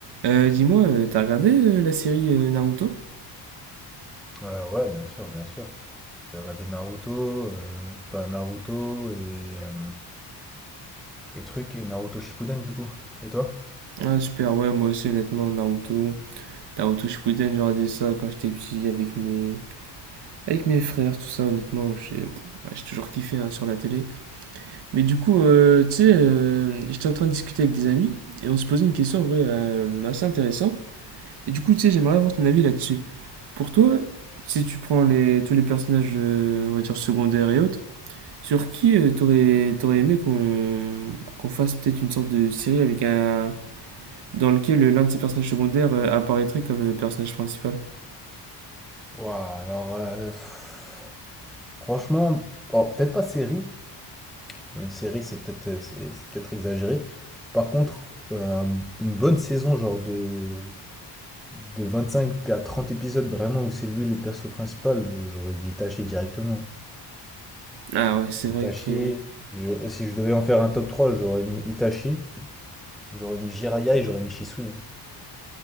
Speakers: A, on the right (about 65°); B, in the centre.
A: Euh, dis-moi, euh, t'as regardé euh, la série euh, Naruto?
B: Ouais, ouais, bien sûr, bien sûr. J'ai regardé Naruto, euh, enfin Naruto et, euh, et trucs et Naruto Shippuden du coup. Et toi?
A: Ah super, ouais, moi aussi honnêtement, Naruto, Naruto Shippuden, j'ai regardé ça quand j'étais petit avec mes avec mes frères, tout ça, honnêtement, j'ai ouais, j'ai toujours kiffé hein, sur la télé. Mais du coup, euh, tu sais, euh, j'étais en train de discuter avec des amis et on se posait une question en vrai euh, assez intéressante. Et du coup, tu sais, j'aimerais avoir ton avis là-dessus. Pour toi, si tu prends les tous les personnages, euh, on va dire secondaires et autres, Sur qui euh, t'aurais t'aurais aimé qu'on qu'on fasse peut-être une sorte de série avec un dans lequel l'un de ses personnages secondaires euh, apparaîtrait comme euh, personnage principal?
B: Ouah, alors, euh, pff, franchement, bon, peut-être pas série. Une série, c'est peut-être euh, c'est c'est peut-être exagéré. Par contre, euh, un- une bonne saison, genre de, de 25 à 30 épisodes, vraiment, où c'est lui le perso principal, j'aurais dit Itachi directement.
A: Ah ouais, c'est vrai
B: Itachi,
A: que
B: je- si je devais en faire un top 3 j'aurais mis Itachi. J'aurais mis Jiraya et j'aurais mis Shisui. hein.